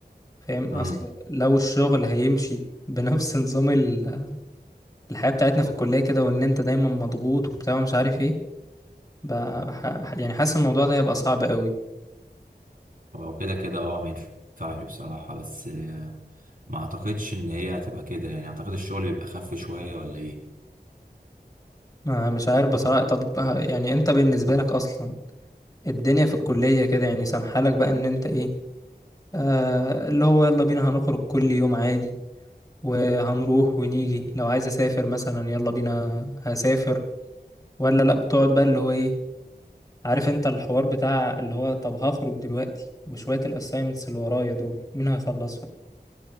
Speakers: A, on the left; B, on the right.
A: فاهم
B: امم
A: اصل لو الشغل هيمشي بنفس <laughs> نظام ال- الحياة بتاعتنا في الكلية كده وان انت دايما مضغوط وبتاع ومش عارف ايه ب- بح- يعني حاسس الموضوع ده هيبقى صعب قوي
B: هو كده كده اه ما ينفعش بصراحه بس آه، ما اعتقدش ان هي هتبقى كده يعني اعتقد الشغل بيبقى خف شويه ولا ايه
A: ما مش عارف بصراحة طب ه- يعني انت بالنسبة لك اصلا الدنيا في الكلية كده يعني سامحالك بقى ان انت ايه آه اللي هو يلا بينا هنخرج كل يوم عادي وهنروح ونيجي لو عايز اسافر مثلا يلا بينا هسافر ولا لا بتقعد بقى اللي هو ايه عارف انت الحوار بتاع اللي هو طب هخرج دلوقتي وشوية الاسايمنتس اللي ورايا دول مين هيخلصهم